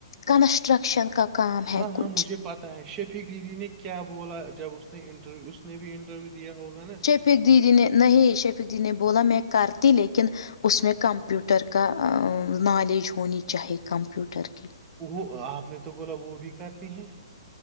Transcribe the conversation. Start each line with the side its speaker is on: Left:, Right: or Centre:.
Left: کنسٹرکشن کا کام
Right: ہاں
Left: ہے
Right: ہاں
Left: کچھ
Right: مجھے پتاہ ہے شفق دیدی نے کیا بولا جب اس نے انٹرویو اس نے بھی انٹرویو دیا ہوگا نا
Left: شیفق دیدی نے نہیں شیفق دیدی نے بولا میں کرتی لیکن اس میں کمپیوٹر کا نالج ہونی چاہیے کمپیوٹر کی
Right: وہ آپ نے تو بولا وہ بھی کرتی ہیں